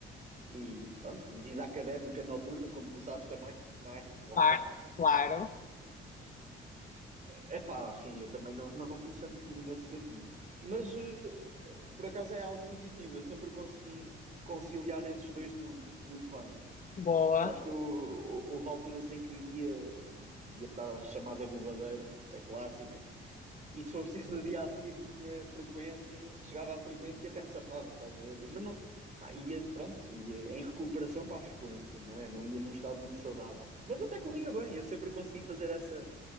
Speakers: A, on the right; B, on the left.
A: E pronto, e vida académica noturna, como tu sabes também, não é? Lá
B: Claro,
A: está.
B: claro,
A: É pá, assim, eu também não, não fui santo nenhum nesse sentido. Mas eh, por acaso é algo positivo, eu sempre consegui conciliar esses dois mundos muito bem.
B: boa.
A: Sabes que eu, houve alturas em que ia, ia para a chamada bobadeira, a clássica, e se for preciso, no dia a seguir tinha frequência, chegava à frequência e até me safava, estás a ver? Mas não, pá, ia, pronto, ia em recuperação para a frequência, não é? Não ia num estado muito saudável. Mas até corria bem, eu sempre consegui fazer essa,